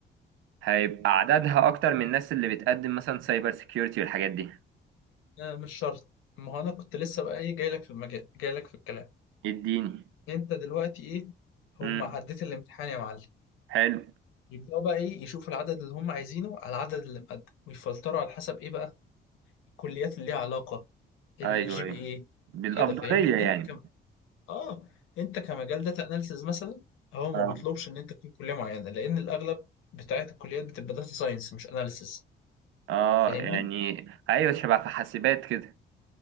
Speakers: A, on the right; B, on the left.
A: هيبقى عددها اكتر من الناس اللي بتقدم مثلا سايبر سيكيورتي والحاجات دي
B: آه مش شرط ما هو انا كنت لسه بقى ايه جاي لك في المجال جاي لك في الكلام
A: اديني
B: انت دلوقتي ايه هم
A: امم
B: عديت الامتحان يا معلم
A: حلو
B: يبداوا بقى ايه يشوفوا العدد اللي هم عايزينه على العدد اللي مقدم ويفلتروا على حسب ايه بقى الكليات اللي ليها علاقه الجي
A: ايوه ايوه
B: بي اي
A: بالافضليه
B: كده فاهمني
A: يعني
B: انت كم اه انت كمجال داتا اناليسز مثلا هو ما
A: اه
B: بيطلبش ان انت تكون كليه معينه لان الاغلب بتاعت الكليات بتبقى داتا ساينس مش اناليسز
A: اه
B: فاهمني
A: يعني ايوه شبه في حاسبات كده